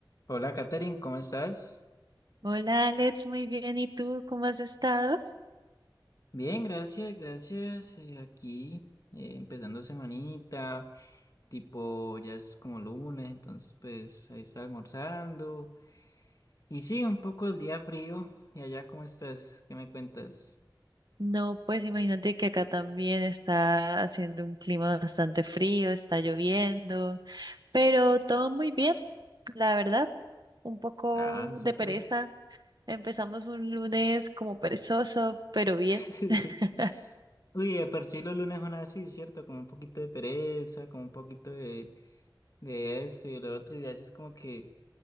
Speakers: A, on the left; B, on the right.
A: Hola, Katherine, ¿cómo estás?
B: Hola Alex, muy bien. ¿Y tú cómo has estado?
A: Bien, gracias, gracias. eh, aquí eh, empezando semanita, tipo ya es como lunes, entonces pues ahí está almorzando. Y sí, un poco el día frío. ¿Y allá cómo estás? ¿Qué me cuentas?
B: No, pues imagínate que acá también está haciendo un clima bastante frío, está lloviendo, pero todo muy bien, la verdad. Un poco
A: Ah, súper.
B: de pereza. Empezamos un lunes como perezoso, pero
A: <laughs>
B: bien. <laughs>
A: Uy, de por sí los lunes son así, ¿cierto? Como un poquito de pereza, como un poquito de, de esto y de lo otro, y a veces como que